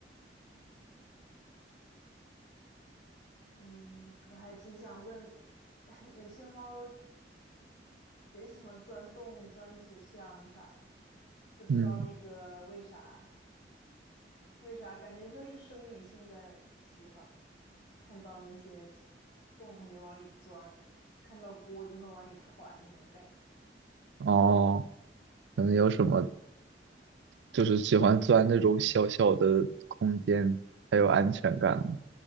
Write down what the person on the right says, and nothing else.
嗯，
哦，可能有什么就是喜欢钻那种小小的空间，才有安全感吗。